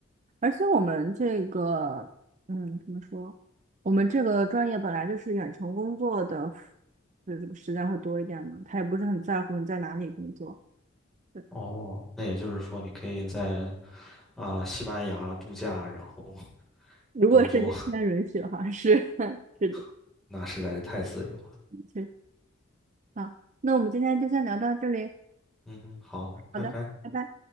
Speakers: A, on the right; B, in the centre.
A: 而且我们这个，嗯，怎么说？我们这个专业本来就是远程工作的，就这个时间会多一点嘛。他也不是很在乎你在哪里工作。对，
B: 哦，那也就是说你可以在啊、西班牙度假，然后
A: 如果时间间允许的话，
B: 工作，
A: 是 <laughs> 是的，
B: <laughs> 那实在是太自由了。
A: 确好，那我们今天就先聊到这里。
B: 嗯哼，好，拜拜。
A: 好的，拜拜。